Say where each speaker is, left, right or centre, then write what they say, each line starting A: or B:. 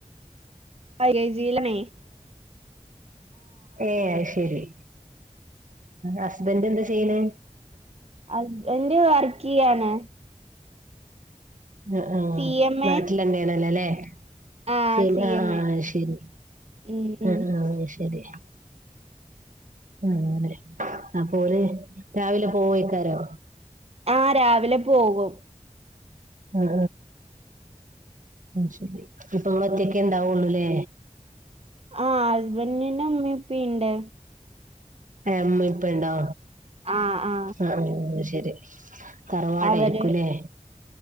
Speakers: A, on the right; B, on the right.
A: ഐ എജീയിലാണേ
B: ഏ അയ്ശരി ഹസ്ബന്റന്താ ചെയ്യ്ണെ?
A: ഹസ്ബന്റ് വർക്ക്യ്യാണ്
B: ആ ആഹ
A: സി എം
B: നാട്ടിലന്നെണല്ലല്ലേ?
A: എ ആഹ്
B: <unintelligible>
A: സി
B: ആഹ
A: എം എ
B: ശരി
A: ഉം ഉം
B: ആഹ ആഹ ശരി ആലെ അപ്പോര് രാവിലെ പോവയ്ക്കാരോ?
A: ആ രാവിലെപോവും.
B: ആ ആ ശരി ഇപ്പൊങ്ങൾറ്റയൊക്കെണ്ടാവുള്ളൂല്ലേ?
A: ആ ഹസ്ബന്റിന്റെ ഉമ്മീഉപ്പീണ്ട്
B: ഉമ്മി ഇപ്പണ്ടൊ?
A: ആ ആ
B: ആ ശരി തറവാടായിരിക്കൂല്ലേ?
A: അവര്